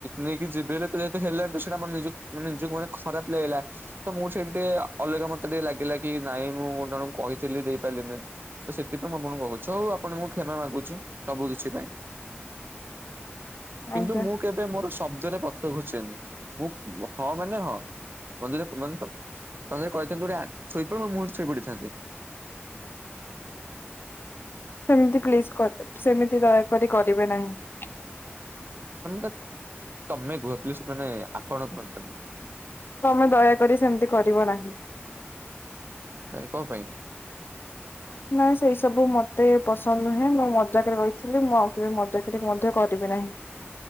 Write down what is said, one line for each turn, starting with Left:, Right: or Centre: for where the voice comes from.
Right: ନେଇକି ଯିବେ ହେଲେ ତୁ ଯେତୁ ହେଲେଣି ସେଟା ମୋ ନିଜକୁ, ମୋ ନିଜକୁ ମାନେ ଖରାପ ଲାଗିଲା ତ ମୋ ସେଠି ଟିକେ ଅଲଗା ମତେ ଟିକେ ଲାଗିଲା କି ନାଇଁ ମୁଁ ଜଣଙ୍କୁ କହିଥିଲି ଦେଇପାରିଲିନି ତ ସେଥ ସେଥିପାଇଁ ଆପଣଙ୍କୁ କହୁଛି, ଆଉ ଆପଣଙ୍କୁ କ୍ଷମା ମାଗୁଛି ସବୁ କିଛି ପାଇଁ। କିନ୍ତୁ
Left: ଆଜ୍ଞା
Right: ମୁଁ କେବେ ମୋର ଶବ୍ଦରେ ପକ୍ଷ ଘୋଚେନି। ମୁଁ ହଁ ମାନେ ହଁ, <unintelligible> ତମେ ଯଦି କହିଚ ଶୋଇପଡ଼ ବା ମୁଁ ସେଠି ଶୋଇପଡ଼ିଥାନ୍ତି।
Left: ସେମତି ପ୍ଲିଜ କରଦେ, ସେମିତି ଦୟାକରି କରିବେ ନାହିଁ।
Right: ତମେ ମତେ ତମେ କୁହ ପ୍ଲିଜ ମାନେ ଆପଣ କୁହନ୍ତୁନି।
Left: ତମେ ଦୟାକରି ସେମିତି କରିବ ନାହିଁ।
Right: କଣ ପାଇଁ?
Left: ନାଇଁ ସେଇ ସବୁ ମତେ ପସନ୍ଦ ନୁହେଁ, ମୁଁ ମଜାକରେ କହିଥିଲି, ମୁଁ ଆଉ କେବେ ମଜାକରେ କ କରିବି ନାହିଁ।